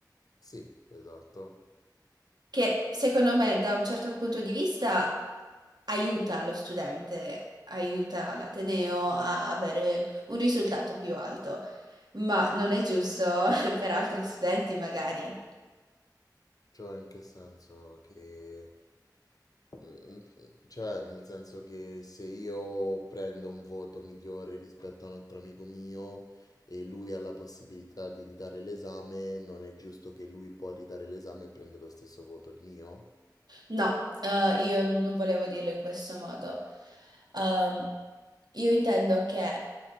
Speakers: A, on the left (about 60°); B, on the right (about 70°).
A: Sì, esatto.
B: che secondo me da un certo punto di vista aiuta lo studente, aiuta l'ateneo a avere un risultato più alto, ma non è giusto <laughs> per altri studenti magari.
A: Cioè, in che senso che... Mm, Cioè, nel senso che se io prendo un voto migliore rispetto a un altro amico mio e lui ha la possibilità di ritare l'esame, non è giusto che lui può ritare l'esame e prendere lo stesso voto mio?
B: No, eh, io non volevo dirlo in questo modo. Ehm, io intendo che,